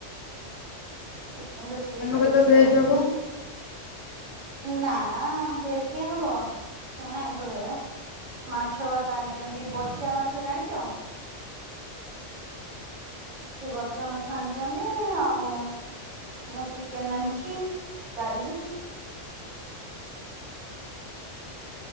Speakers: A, on the right; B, on the left.
A: ସେଇପାଇଁ ରୋଷେଇ
B: ତାଙ୍କ
A: ଚାଲିଛି
B: ପାଇଁ ତ ଭେଜ
A: ଆଉ।
B: ହବ।
A: ନା ବେଶ କେ ହବ ସେମାନେ ଆଣିଷୁ। ମାଛ ବାପ ଆଣିଛନ୍ତି ବଚା ମାଛ ଜାଣିଛ। ସେ ବଚା ମାଛ ଆଣିଛନ୍ତି ଆଉ। ମୁଁ ଚିକେନ ଆଣିଛି ଡାଲି